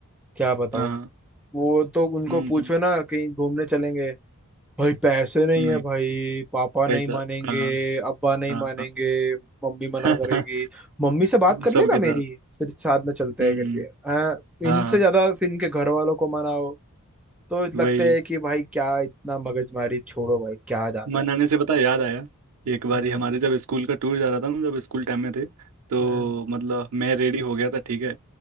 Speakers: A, in the centre; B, on the right.
A: क्या बताऊँ
B: हाँ
A: वो तो उनको
B: हम्म
A: पूछो ना कहीं घूमने चलेंगे भाई पैसे नहीं
B: नहीं
A: है भाई पापा
B: पैसा
A: नहीं मानेंगे
B: हाँ
A: अब्बा नहीं
B: हाँ
A: मानेंगे मम्मी मना करेगी
B: हाँ <laughs>
A: मम्मी से बात कर
B: सबके
A: लेगा मेरी
B: साथ
A: फिर साथ में चलते
B: हम्म
A: हैं करके हाँ
B: हाँ
A: इनसे ज्यादा फिर इनके घर वालों को मनाओ तो लगता
B: वही
A: है कि भाई क्या इतना मगजमारी छोड़ो भाई क्या जाना
B: मनाने
A: है
B: से पता है, याद आया एक बार
A: हम्म
B: ही हमारे जब स्कूल का टूर जा रहा था ना जब स्कूल टाइम में थे तो
A: हम्म
B: मतलब मैं रेडी हो गया था ठीक है